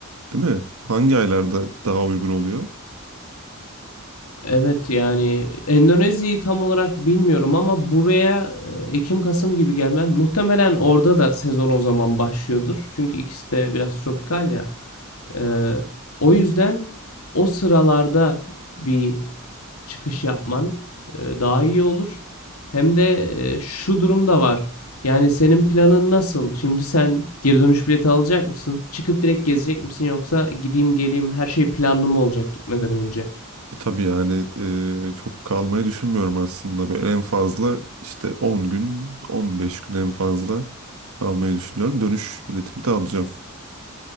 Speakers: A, on the right; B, on the left.
A: Değil mi? Hangi aylarda daha uygun oluyor?
B: Evet yani Endonezya'yı tam olarak bilmiyorum ama buraya e, Ekim Kasım gibi gelmen muhtemelen orada da sezon o zaman başlıyordur. Çünkü ikisi de biraz tropikal ya. Ee, o yüzden o sıralarda bir çıkış yapman e, daha iyi olur. Hem de e, şu durum da var. Yani senin planın nasıl? Şimdi sen geri dönüş bileti alacak mısın? Çıkıp direkt gezecek misin yoksa gideyim geleyim her şey planlı mı olacak gitmeden önce?
A: E tabii yani e, çok kalmayı düşünmüyorum aslında. Böyle en fazla işte 10 gün, 15 gün en fazla kalmayı düşünüyorum. Dönüş biletimi de alacağım.